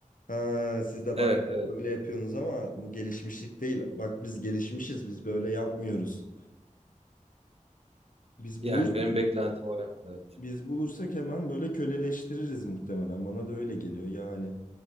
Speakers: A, on the left; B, on the right.
A: Ha, siz de
B: evet,
A: bak işte
B: evet.
A: böyle yapıyorsunuz ama bu gelişmişlik değil. Bak biz gelişmişiz. Biz böyle yapmıyoruz. Biz
B: Yani
A: bulur
B: benim beklentim o yönde.
A: biz bulursak hemen böyle köleleştiririz muhtemelen. Bana da öyle geliyor yani.